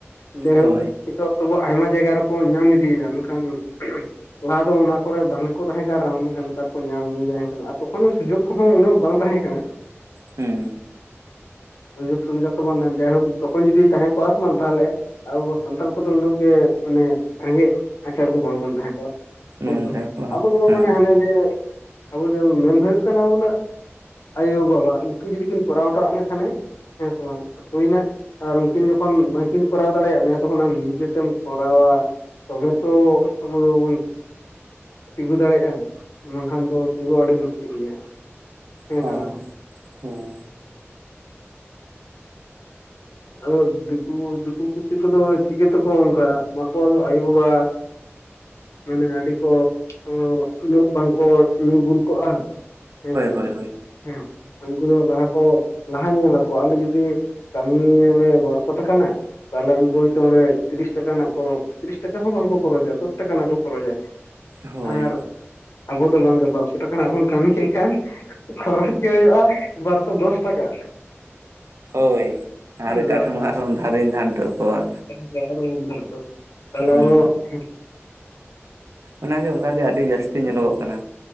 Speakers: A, on the left; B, on the right.
A: ᱡᱟᱹᱭᱦᱩᱠ
B: ᱦᱳᱭ
A: ᱱᱤᱛᱚᱜ ᱛᱚᱵᱚ ᱟᱭᱢᱟ ᱡᱟᱭᱜᱟ ᱨᱮᱠᱚ ᱧᱟᱢ ᱤᱫᱤᱭᱼᱭᱟ ᱢᱮᱠᱷᱟᱱ ᱞᱟᱦᱟ ᱫᱚ ᱚᱱᱟ ᱠᱚᱨᱮ ᱵᱟᱝ ᱜᱮᱠᱚ ᱛᱟᱦᱮᱸ ᱠᱟᱱᱟ ᱨᱮᱦᱚᱸ ᱢᱮᱠᱷᱟᱱ ᱱᱮᱛᱟᱨ ᱠᱚ ᱧᱟᱢ ᱤᱫᱤᱭᱫᱟ ᱦᱮᱸ ᱟ ᱛᱚᱠᱷᱚᱱ ᱫᱚ ᱥᱩᱡᱳᱜᱽ ᱠᱚᱦᱚᱸ ᱩᱱᱟᱹᱜ ᱵᱟᱝ ᱛᱟᱦᱮᱸ ᱠᱟᱱᱟ <inaudible>
B: ᱦᱩᱸ
A: ᱥᱩᱡᱳᱜᱽ ᱥᱩᱵᱤᱫᱷᱟ ᱠᱚ ᱵᱟᱝ ᱛᱟᱦᱮᱱ ᱡᱟᱭᱦᱳᱠ ᱛᱚᱠᱷᱚᱱ ᱡᱩᱫᱤ ᱛᱟᱦᱮᱸ ᱠᱚᱜᱼᱟ ᱥᱮ ᱵᱟᱝ ᱛᱟᱦᱞᱮ ᱟᱵᱚ ᱥᱟᱱᱛᱟᱲ ᱠᱚᱫᱚ ᱱᱩᱱᱟᱹᱜ ᱜᱮ ᱢᱟᱱᱮ ᱨᱮᱸᱜᱮᱜ ᱟᱪᱟᱨ ᱫᱚ ᱵᱟᱝᱵᱚᱱ ᱛᱟᱦᱮᱸ ᱠᱚᱜᱼᱟ ᱦᱮᱸ
B: ᱱᱚᱜᱼᱚ ᱱᱚᱝᱠᱟ
A: ᱥᱮ
B: ᱠᱚ
A: ᱟᱵᱚ ᱫᱚᱵᱚ
B: ᱦᱮᱸ
A: ᱢᱚᱱᱮ ᱦᱟᱱᱮ ᱡᱮ ᱟᱵᱚ ᱡᱮ ᱢᱮᱱ ᱦᱩᱭᱩᱜ ᱠᱟᱱᱟ ᱟᱵᱚᱱᱟᱜ ᱟᱭᱳᱼᱵᱟᱵᱟ ᱩᱝᱠᱩ ᱡᱩᱫᱤ ᱠᱤᱱ ᱠᱚᱨᱟᱣ ᱦᱚᱴᱚᱣᱟᱜ ᱢᱮ ᱠᱷᱟᱱᱮ ᱦᱮᱸᱥᱮ ᱵᱟᱝ ᱦᱩᱭᱱᱟ ᱟᱨ ᱩᱱᱠᱤᱱ ᱡᱚᱠᱷᱚᱱ ᱵᱟᱝᱠᱤᱱ ᱠᱚᱨᱟᱣ ᱫᱟᱲᱮᱭᱟᱜ ᱢᱮᱭᱟ ᱛᱚᱠᱷᱚᱱ ᱟᱢ ᱱᱤᱡᱮᱛᱮᱢ ᱠᱚᱨᱟᱣᱟ ᱛᱚᱵᱮ ᱛᱚ ᱟᱵᱚ ᱫᱚᱵᱚᱱ ᱛᱤᱸᱜᱩ ᱫᱟᱲᱮᱭᱜᱼᱟ ᱵᱟᱝᱠᱷᱟᱱ ᱫᱚ ᱛᱤᱜᱩᱸ ᱟᱹᱰᱤ ᱢᱩᱥᱠᱤᱞ ᱜᱮᱭᱟ
B: ᱦᱮᱸ
A: ᱥᱮ ᱵᱟᱝ
B: ᱦᱮᱸ
A: ᱟᱫᱚ ᱫᱤᱠᱩ ᱫᱤᱠᱩ ᱯᱩᱥᱤ ᱠᱚᱫᱚ ᱪᱤᱠᱟᱹ ᱛᱮᱠᱚ ᱚᱝᱠᱟ ᱟᱠᱚᱣᱟᱜ ᱫᱚ ᱟᱭᱳᱼᱵᱟᱵᱟ ᱢᱟᱱᱮ ᱟᱹᱰᱤ ᱠᱚ ᱚᱻ ᱩᱱᱟᱹᱜ ᱵᱟᱝᱠᱚ ᱧᱩ ᱵᱩᱞ ᱠᱚᱜᱼᱟ ᱦᱮᱸ ᱥᱮ ᱵᱟᱝ
B: ᱦᱳᱭ
A: ᱦᱮᱸ ᱩᱝᱠᱩ ᱫᱚ ᱞᱟᱦᱟ ᱠᱚ ᱞᱟᱦᱟ ᱧᱮᱞᱟᱠᱚ ᱟᱞᱮ ᱡᱩᱫᱤ ᱱᱤᱭᱟᱹᱞᱮ ᱵᱟᱨᱥᱚ ᱴᱟᱠᱟ ᱨᱮᱱᱟᱜ ᱛᱟᱞᱦᱮ ᱩᱝᱠᱩ ᱦᱚᱭᱛ ᱚᱸᱰᱮ ᱛᱤᱨᱤᱥ ᱴᱟᱠᱟ ᱨᱮᱱᱟᱜ ᱠᱚ ᱛᱤᱨᱤᱥ ᱴᱟᱠᱟ ᱦᱚᱸ ᱵᱟᱝᱠᱚ ᱠᱷᱚᱨᱚᱪᱟ ᱫᱚᱥ ᱴᱟᱠᱟ ᱨᱮᱱᱟᱜ ᱠᱚ ᱠᱷᱚᱨᱚᱪᱟ
B: ᱦᱳᱭ ᱦᱳᱭ
A: ᱟᱨ ᱟᱵᱚ ᱫᱚ ᱵᱟᱝᱜᱮ ᱵᱟᱨᱥᱚ ᱴᱟᱠᱟ ᱱᱟᱸᱜ ᱵᱚᱱ ᱠᱟᱢᱤ ᱠᱮᱜ ᱠᱷᱟᱱ ᱠᱷᱚᱨᱚᱼᱪᱚ ᱦᱩᱭᱩᱜᱼᱟ ᱵᱟᱨᱥᱚ ᱫᱚᱥ ᱴᱟᱠᱟ
B: ᱦᱳᱭ
A: ᱦᱮᱸ
B: ᱟᱨ ᱮᱴᱟᱜ
A: ᱥᱮ ᱵᱟᱝ
B: ᱴᱷᱮᱱ ᱟᱨᱦᱚᱸ ᱫᱷᱟᱨᱮᱧ ᱫᱷᱟᱱᱴᱟᱹᱣ ᱠᱚᱜᱼᱟ
A: <unintelligible> ᱛᱟᱞᱦᱮ
B: ᱦᱩᱸ
A: ᱟ <unintelligible>
B: ᱚᱱᱟᱜᱮ ᱚᱝᱠᱟᱜ ᱜᱮ ᱟᱰᱤ ᱡᱟᱥᱛᱤ ᱧᱮᱞᱚᱜᱚᱜ ᱠᱟᱱᱟ